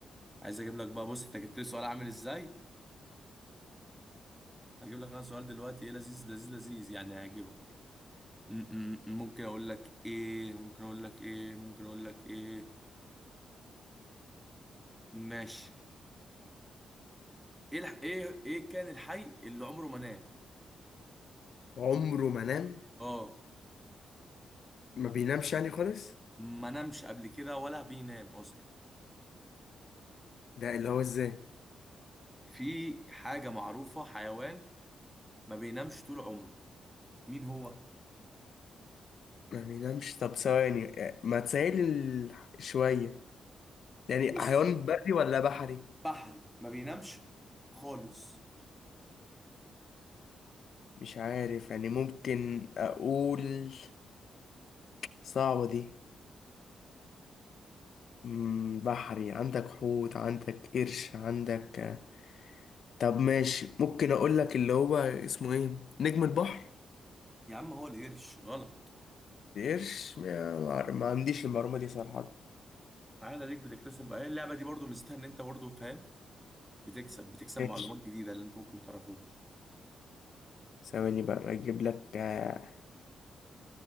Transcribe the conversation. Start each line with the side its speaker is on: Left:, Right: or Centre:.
Centre: عايز اجيب لك بقى بص انت جبت لي سؤال عامل ازاي هجيب لك انا سؤال دلوقتي ايه لذيذ لذيذ لذيذ يعني هيعجبك م- م- ممكن اقول لك ايه ممكن اقول لك ايه ممكن اقول لك ايه ماشي ايه الح- ايه ايه كان الحي اللي عمره ما نام
Left: عمره ما نام
Centre: اه
Left: ما بينامش يعني خالص
Centre: ما نامش قبل كده ولا بينام اصلا
Left: ده اللي هو ازاي
Centre: في حاجة معروفة حيوان ما بينامش طول عمره مين هو
Left: ما بينامش طب ثواني آه، ما تسهل ال- شوية يعني
Centre: بص
Left: حيوان بري ولا بحري
Centre: بحري ما بينامش خالص
Left: مش عارف يعني ممكن أقول صعبة دي مم، بحري عندك حوت عندك قرش عندك آه، طب ماشي ممكن اقول لك اللي هو اسمه ايه نجم البحر
Centre: يا عم هو القرش غلط
Left: قرش ما, ما عر- ما عنديش المعلومة دي صراحة
Centre: عادي ليك بتكتسب بقى هي اللعبة دي برضو ميزتها ان انت برضو فاهم بتكسب بتكسب
Left: ماشي
Centre: معلومات جديدة اللي انت ممكن ما تعرفوش
Left: ثواني بقى اجيب لك آه،